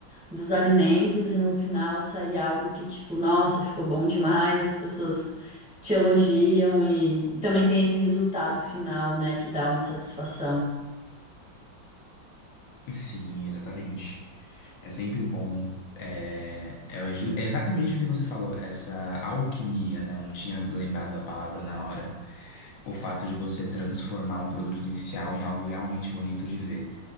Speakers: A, in the centre; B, on the left.
A: dos alimentos e no final sair algo que, tipo, nossa, ficou bom demais e as pessoas te elogiam e, e também tem esse resultado final, né, que dá uma satisfação.
B: Sim, exatamente. É sempre bom. É, é, ju- é exatamente o que você falou, essa alquimia, né? Eu não tinha lembrado da palavra na hora. O fato de você transformar um produto inicial em algo realmente bonito de ver.